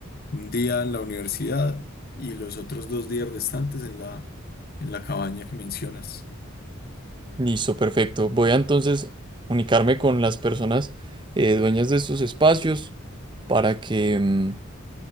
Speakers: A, on the left; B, on the right.
A: Un día en la universidad y los otros dos días restantes en la, en la cabaña que mencionas.
B: Listo, perfecto. Voy a entonces comunicarme con las personas eh, dueñas de estos espacios para que mm,